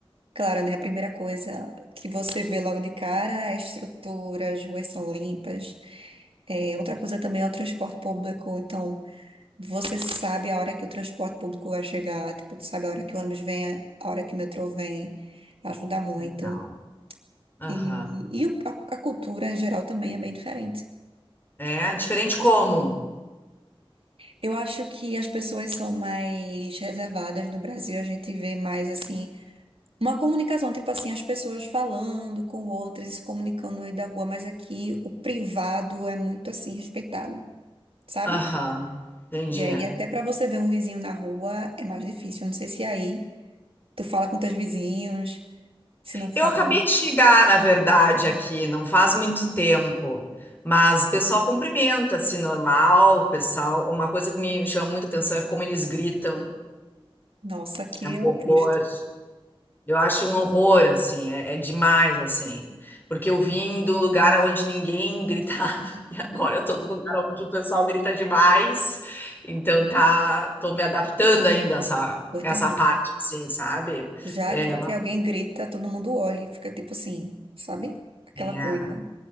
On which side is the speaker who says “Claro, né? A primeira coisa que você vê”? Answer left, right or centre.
Right